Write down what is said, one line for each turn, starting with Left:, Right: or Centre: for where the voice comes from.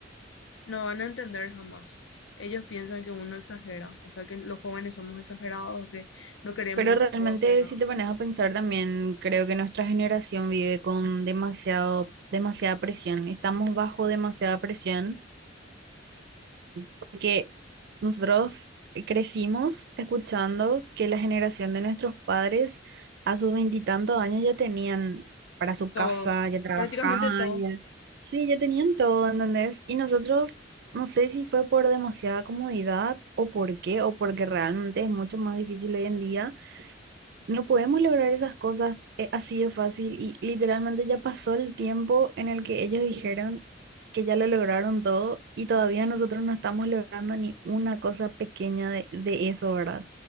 Left: No van a entender jamás. Ellos piensan que uno exagera, o sea que los jóvenes somos exagerados, que no queremos
Right: Pero realmente
Left: no hacer nada.
Right: si te pones a pensar también, creo que nuestra generación vive con demasiado, demasiada presión. Estamos bajo demasiada presión porque nosotros crecimos escuchando que la generación de nuestros padres a sus veintitantos años ya tenían para su
Left: Todo,
Right: casa, ya trabajaban,
Left: prácticamente todo,
Right: ya... Sí, ya tenían todo, ¿entendés? Y nosotros, no sé si fue por demasiada comodidad o por qué, o porque realmente es mucho más difícil hoy en día no podemos lograr esas cosas eh, así de fácil y literalmente ya pasó el tiempo en el que ellos dijeron que ya lo lograron todo y todavía nosotros no estamos logrando ni una cosa pequeña de, de eso, ¿verdad?